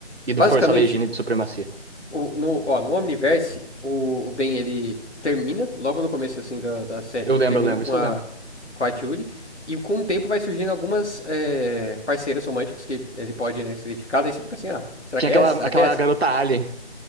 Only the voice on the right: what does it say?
E do
Força Legina e do Supremacia.
Eu
lembro,
eu lembro,
isso
eu lembro.
Tinha
aquela,
aquela
garota alien.